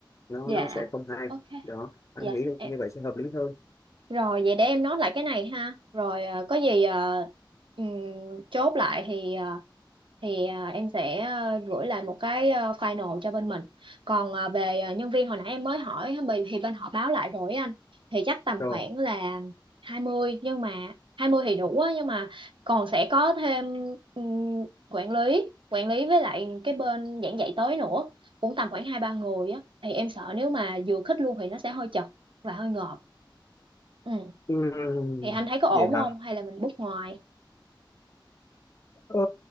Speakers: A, on the left (about 40°); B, on the right (about 85°).
A: nó
B: dạ
A: nó sẽ không hay
B: ok
A: đó anh
B: dạ
A: nghĩ là
B: em
A: như vậy sẽ hợp lý hơn
B: rồi vậy để em nốt lại cái này ha. Rồi ờ, có gì ờ, ừm, chốt lại thì ờ, thì ờ, em sẽ ờ, gửi lại một cái ờ, final cho bên mình. Còn ờ, về ờ, nhân viên hồi nãy em mới hỏi thì thì bên họ báo lại rồi á anh. Thì chắc tầm
A: rồi
B: khoảng là hai mươi nhưng mà 20 thì đủ á nhưng mà còn sẽ có thêm ừm, quản lý, quản lý với lại cái bên giảng dạy tới nữa, cũng tầm khoảng hai ba người á thì em sợ nếu mà vừa khích luôn thì nó sẽ hơi chật và hơi ngợp ừ
A: Ừm,
B: thì anh thấy có ổn
A: vậy
B: không
A: hả
B: hay là mình book ngoài
A: ờ,